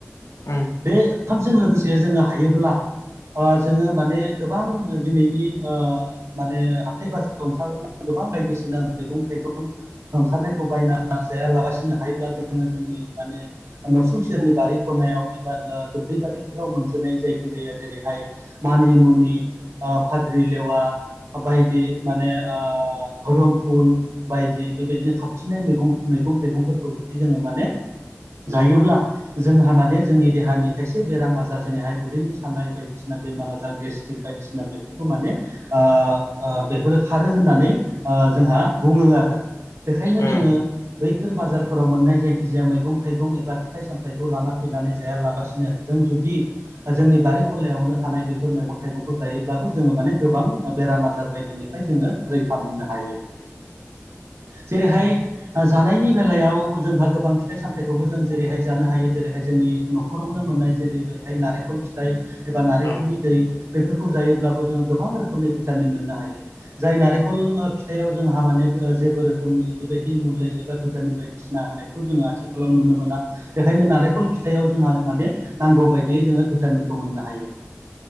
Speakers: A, on the left; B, on the right.
A: उम
B: बे ओंखामजों लोगोसे जोङो हायोब्ला ओ जोङो माने गोबां दिनैनि ओ माने हाथाय बाजाराव ओंखारनांगौ गोबां बायदिसिना मैगं थाइगं ओंखारनायखौ बायना जायालागासिनो हायोब्ला जोङो जोंनि माने नसुं सेरनि बारिख नायाव एबा दुब्लिबारिफोराव मोनसोनाय जायखि जाया जेरैहाय मानि मुनि फाद्रि लेवा बायदि माने धरम फुल बायदि बेबायदिनो खाबथिनाय मैगं मैगं थाइगंफोरखौ जुदि जोङो माने जायोब्ला जोंहा माने जोंनि देहानि खायसे बेराम आजार जेनैहाय उदैनि साननाय बायदिसिना बेमार आजार गेस्ट्रिक बायदिसिना बेफोरखौ माने ओ ओ बेफोरो खारो होननानै ओ जोंहा बुङो आरो बेखायनो
A: उम
B: जोङो बैफोर बाजारफोराव मोननाय जायखिजाया मैगं थाइगं एबा फिथाइ सामथायाइखौ लाना फैनानै जायालाबसिनो जों नों जुदि जोंनि बारि खनायावनो थानाय बेफोर मैगं थाइगंखौ जायोब्लाबो जोङो माने गोबां बेराम आजार बायदिनिफ्राय जोङो रैखा मोननो हायो। जेरैहाय ओ जानायनि बेलायाव जोंहा गोबां फिथाइ सामथाइखौबो जों जेरैहाय जानो हायो जेरै रैहाय जोंनि न'खरावनो मोननाय जेरै बेहाय नारेंखल फिथाइ एबा नारेंखलनि
A: औ
B: दै बेफोरखौ जायोब्लाबो जोङो गोबां रोखोमनि भिटामिन मोननो हायो जाय नारेंखल थायाव जोंहा माने जेबो रोखोमनि बेबायदि मुलि एबा भिटामिन बायदिसिना होनायखौ जोङो आथिखालाव नुनो मोन मोना बेखायनो नारेंखल फिथाइयाव जोंहा माने नांगौ बायदियै जोङो भिटामिनखौ मोननो हायो।